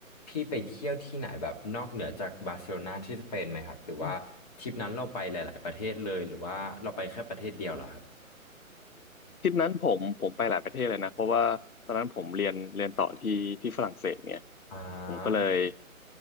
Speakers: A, on the left; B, on the left.
A: พี่ไปเที่ยวที่ไหนแบบนอกเหนือจากบาร์เซโลนาที่สเปนไหมครับหรือว่าทริปนั้นเราไปหลายๆประเทศเลยหรือว่าเราไปแค่ประเทศเดียวเหรอครับ
B: อืมทริปนั้นผมผมไปหลายประเทศเลยนะเพราะว่าตอนนั้นผมเรียนเรียนต่อที่ที่ฝรั่งเศสเนี่ย
A: อ่า
B: ผมก็เลย